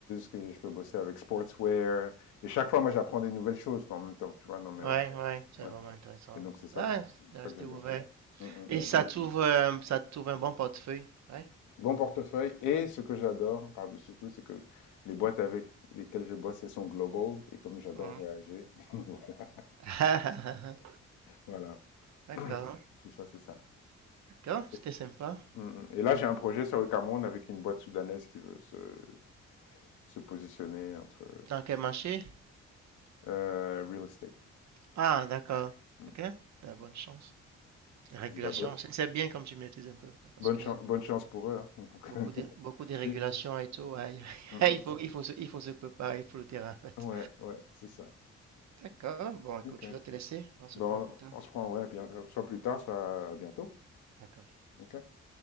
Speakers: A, on the left (about 85°); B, on the right (about 65°).
A: que je peux bosser avec sportswear. Et chaque fois, moi, j'apprends des nouvelles choses quoi, en même temps, tu vois, dans mes...
B: Ouais,
A: recherches.
B: ouais, c'est
A: Ouais.
B: vraiment intéressant.
A: Et donc, c'est ça,
B: Ouais,
A: que- c'est
B: de rester
A: ça que j'aime
B: ouvert.
A: bien. Mm, mm,
B: Et ça
A: mm.
B: t'ouvre, euh, ça t'ouvre un bon portefeuille, ouais.
A: bon portefeuille. Et ce que j'adore par-dessus tout, c'est que les boîtes avec lesquelles je bosse, elles sont global. Et comme j'adore
B: Mhm.
A: voyager, <laughs>
B: <laughs>
A: voilà.
B: D'accord,
A: <clears throat> C'est ça, c'est ça.
B: d'accord, c'était
A: Et
B: sympa.
A: mm, mm. Et là, j'ai un projet sur le Cameroun avec une boîte soudanaise qui veut se, se positionner entre
B: Dans quel marché?
A: euh, real estate.
B: Ah, d'accord.
A: Mm.
B: Ok, t'as bonne chance. Régulation,
A: Bah, bonne,
B: c'est bien comme tu maîtrises un peu, parce
A: bonne,
B: que
A: chan- bonne chance pour eux. hein. <laughs> Donc,
B: beaucoup
A: <laughs>
B: de, beaucoup de régulations
A: c'est-
B: et tout, ouais, <laughs>
A: Mm, mm.
B: il faut, il faut il faut se, il faut se préparer pour le terrain en fait.
A: ouais, ouais, c'est ça.
B: D'accord, bon écoute,
A: Ok.
B: je dois te laisser, on se
A: Bon,
B: prend plus tard.
A: on se prend, ouais, bien, euh, soit plus tard, soit à bientôt.
B: D'accord.
A: Ok.